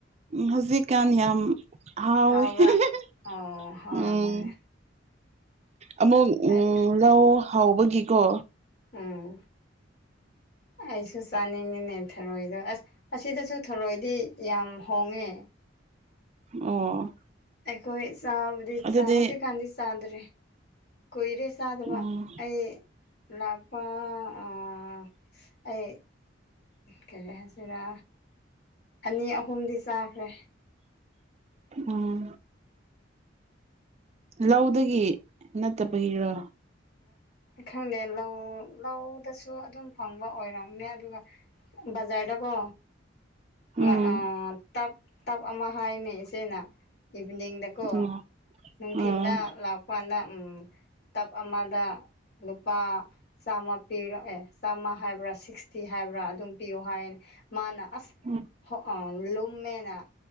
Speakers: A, on the right; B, on the left.
A: ꯍꯧꯖꯤꯛꯀꯥꯟ ꯌꯥꯝ ꯍꯥꯎꯏ
B: ꯍꯥꯎꯕ꯭ꯔꯥ
A: <unintelligible>
B: ꯑꯣ ꯍꯥꯎꯔꯝꯒꯅꯤ
A: ꯎꯝ꯫ ꯑꯃꯨꯛ ꯎꯝ
B: ꯑꯩ
A: ꯂꯧ ꯍꯧꯕꯒꯤꯀꯣ
B: ꯎꯝ ꯑꯩꯁꯨ ꯆꯥꯅꯤꯡꯉꯤꯅꯦ ꯊꯔꯣꯏꯗꯣ ꯑꯁ ꯑꯁꯤꯗꯁꯨ ꯊꯔꫭꯏꯗꯤ ꯌꯥꯝ ꯍꯣꯡꯉꯦ꯫
A: ꯑꯣ꯫
B: ꯑꯩꯈꯣꯏ ꯆꯥꯕꯗꯤ
A: ꯑꯗꯨꯗꯤ
B: ꯆꯥ ꯍꯧꯖꯤꯛꯀꯥꯟꯗꯤ ꯆꯥꯗ꯭ꯔꯦ ꯀꯨꯏꯔꯦ ꯆꯥꯗꯕ
A: ꯎꯝ
B: ꯑꯩ ꯂꯥꯛꯄꯥ ꯑꯥ ꯑꯩ ꯀꯔꯤ ꯍꯥꯏꯁꯤꯔꯥ ꯑꯅꯤ ꯑꯍꯨꯝꯗꯤ ꯆꯥꯈ꯭ꯔꯦ꯫
A: ꯎꯝ ꯂꯧꯗꯒꯤ ꯅꯠꯇꯕꯒꯤꯔꯣ꯫
B: ꯈꯪꯗꯦ ꯂꯧ ꯂꯧꯗꯁꯨ ꯑꯗꯨꯝ ꯐꯪꯕ ꯑꯣꯏꯔꯝꯅꯦ ꯑꯗꯨꯒ ꯕꯖꯥꯔꯗ ꯀꯣ ꯉ
A: ꯎꯝ
B: ꯑ ꯇꯞ ꯇꯞ ꯑꯃ ꯍꯥꯏꯅꯦ ꯏꯆꯦꯅ ꯏꯚꯤꯅꯤꯡꯗꯀꯣ꯫
A: ꯑꯣ
B: ꯅꯨꯡꯊꯤꯟꯗ
A: ꯑꯣ
B: ꯂꯥꯛꯄꯉꯥꯟꯗ ꯎꯝ ꯇꯞ ꯑꯃꯗ ꯂꯨꯄꯥ ꯆꯥꯝꯃ ꯄꯤꯔꯛ ꯑꯦ ꯆꯥꯝꯃ ꯍꯥꯏꯕ꯭ꯔꯥ ꯁꯤꯛꯁꯇꯤ ꯍꯥꯏꯕ꯭ꯔꯥ ꯑꯗꯨꯝ ꯄꯤꯌꯨ ꯍꯥꯏ ꯃꯥꯅ ꯑꯁ
A: ꯎꯝ
B: ꯍꫭ ꯑ ꯂꯨꯝꯃꯦꯅꯥ